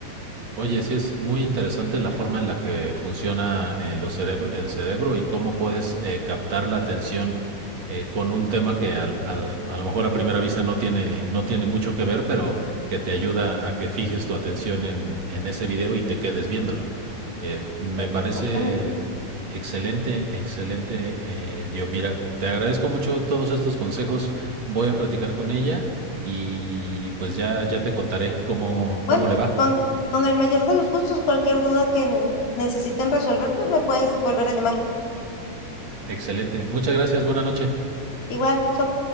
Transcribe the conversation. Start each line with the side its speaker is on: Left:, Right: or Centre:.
Right: Oye, sí es muy interesante la forma en la que funciona eh, los cerebr- el cerebro y cómo puedes eh, captar la atención eh, con un tema que al- al- a lo mejor a primera vista no tiene, no tiene mucho que ver, pero que te ayuda a que fijes tu atención en, en ese video y te quedes viéndolo. Eh, me
Left: Exactamente.
Right: parece excelente, excelente, eh, Dio. mira, Te agradezco mucho todos estos consejos. Voy a platicar con ella y pues ya, ya te contaré cómo,
Left: Bueno,
Right: cómo le va.
Left: con, con el mayor de los gustos, cualquier duda que n- necesiten resolver, pues me puedes volver a llamar.
Right: Excelente. Muchas gracias. Buenas noches.
Left: Igual, chao.